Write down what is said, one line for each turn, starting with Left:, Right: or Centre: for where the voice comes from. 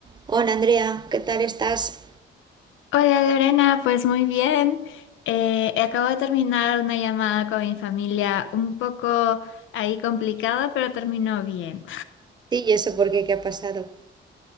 Right: hola Andrea, ¿qué tal estás?
Left: Hola Lorena, pues muy bien. Eh, acabo de terminar una llamada con mi familia un poco ahí complicada, pero terminó bien.
Right: Sí, ¿y eso por qué? ¿Qué ha pasado?